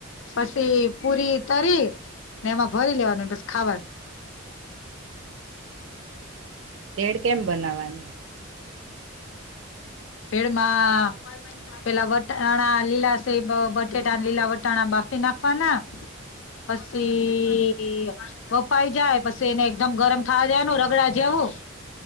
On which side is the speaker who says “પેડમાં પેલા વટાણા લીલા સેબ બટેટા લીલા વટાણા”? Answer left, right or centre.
Left